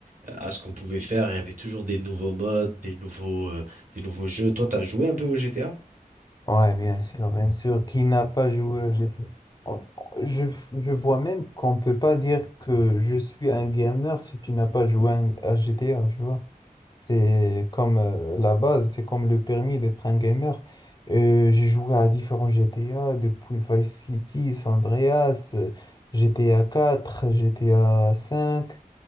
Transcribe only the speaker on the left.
Ouais, bien sûr, bien sûr. Qui n'a pas joué j'ai jeu? Je, je vois même qu'on peut pas dire que je suis un gamer si tu n'as pas joué un- à GTA, tu vois. C'est comme euh, la base, c'est comme le permis d'être un gamer. Euh, j'ai joué à différents GTA, depuis Vice City, San Andreas, euh, GTA 4, GTA 5,